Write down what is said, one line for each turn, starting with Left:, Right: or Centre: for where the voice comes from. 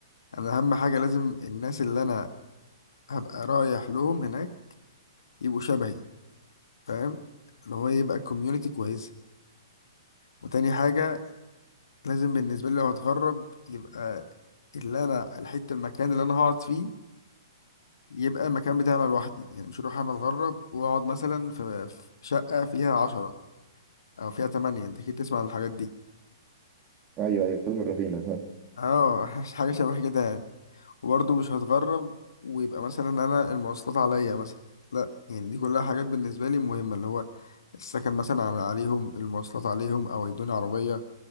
Left: انا اهم حاجه لازم الناس اللي انا هبقى رايح لهم هناك يبقوا شبهي فاهم اللي هو يبقى كوميونتي كويسه وتاني حاجه لازم بالنسبه لي لو هتغرب يبقى اللي انا الحته المكان اللي انا هقعد فيه يبقى المكان بتاعنا لوحدي يعني مش هروح انا اتغرب واقعد مثلا في في شقه فيها عشرة او فيها تمانية انت اكيد تسمع عن الحاجات دي
Right: أيوه أيوه فيلم الرهينة
Left: اه <laughs> حاجه شبه كده يعني وبرضه مش هتغرب ويبقى مثلا انا المواصلات عليا مثلا لا يعني دي كلها حاجات بالنسبه لي مهمه اللي هو السكن مثلا على عليهم المواصلات عليهم او يدوني عربيه